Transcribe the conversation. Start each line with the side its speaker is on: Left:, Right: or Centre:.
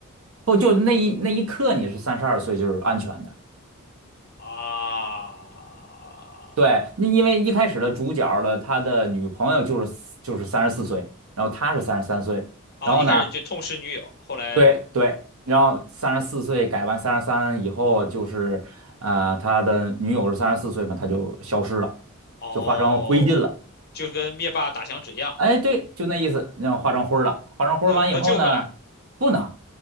Right: 不就那一那一刻你是三十二岁就是安全的。
Left: 啊？
Right: 对，因因为一开始的主角的他的女朋友就是就是三十四岁，然后他是三十三岁，
Left: 哦，
Right: 然后呢，
Left: 一开始就痛失女友，后来
Right: 对对，然后三十四岁改完三十三以后就是呃他的女友是三十四岁嘛，他就消失了，
Left: 哦，
Right: 就化成灰烬了。
Left: 就是跟灭霸打响指一样，
Right: 哎，对，就那意思，那样化成灰儿了。化成灰儿完以后呢，
Left: 能能救回来
Right: 不能，